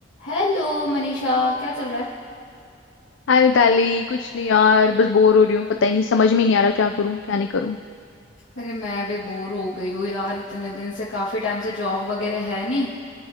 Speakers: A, on the left; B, on the left.
A: हेलो मनीषा क्या चल रहा है
B: हाय मिताली कुछ नहीं यार बस बोर हो रही हूँ पता ही नहीं समझ में ही नहीं आ रहा क्या करूँ क्या नहीं करूँ
A: अरे मैं भी बोर हो गई हूँ यार इतने दिन से काफी टाइम से जॉब वगैरह है नहीं